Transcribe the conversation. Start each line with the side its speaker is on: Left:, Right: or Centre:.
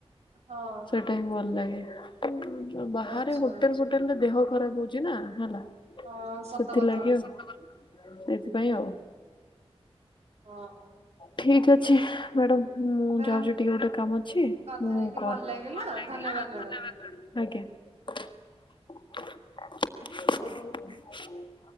Right: ହଁ
Left: ସେଟା ହଁ ଭଲ ଲାଗେ ବାହାରେ
Right: ଆଚ୍ଛା
Left: ହୋଟେଲ ଫୋଟେଲରେ ଦେହ ଖରାପ ହଉଛି ନା ହେଲା।
Right: ହଁ ସତ
Left: ସେଥିଲାଗି
Right: କଥା
Left: ଆଉ ସତ କଥା ସେଇଥିପାଇଁ ଆଉ।
Right: ହଁ
Left: ଠିକ୍ ଅଛି ମ୍ୟାଡ଼ମ୍। ମୁଁ
Right: ମ୍ୟାଡାମ
Left: ଯାଉଛି ଟିକେ ଗୋଟେ କାମ ଅଛି,
Right: କଥା
Left: ମୁଁ
Right: ହେଇକି
Left: କର ଭଲ ଲାଗିଲା
Right: ଧନ୍ୟବାଦ
Left: ଧନ୍ୟ
Right: ମ୍ୟାଡାମ।
Left: ବାଦ ଆଜ୍ଞା।
Right: ଆଜ୍ଞା।
Left: <unintelligible>